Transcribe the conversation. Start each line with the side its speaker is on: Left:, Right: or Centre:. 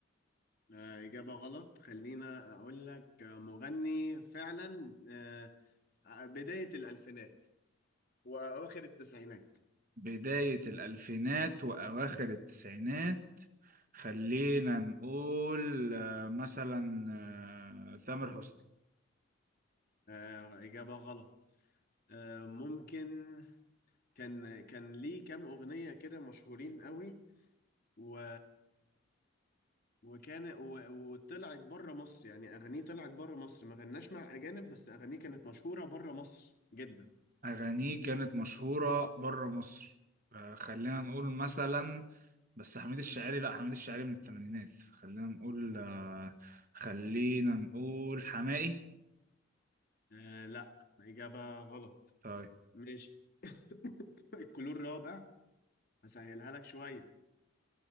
Left: آه اجابه غلط خلينا اقول لك آه مغني فعلا آه آه، بدايه الالفينات وأواخر التسعينات
Right: بدايه الالفينات واواخر التسعينات خلينا نقول آه، مثلا آه، تامر حسني
Left: آه إجابة غلط آه ممكن كان كان ليه كام أغنية كده مشهورين قوي و وكان و... وطلعت بره مصر يعني أغانيه طلعت بره مصر ما غناش مع أجانب بس أغانيه كانت مشهورة بره مصر جدا
Right: أغانيه كانت مشهورة بره مصر آه، خلينا نقول مثلا بس حميد الشاعري لا حميد الشاعري من الثمانينات خلينا نقول آه، خلينا نقول حماقي
Left: آه لا إجابة غلط
Right: طيب
Left: ماشي <laughs> الكلور الرابع هسهلها لك شوية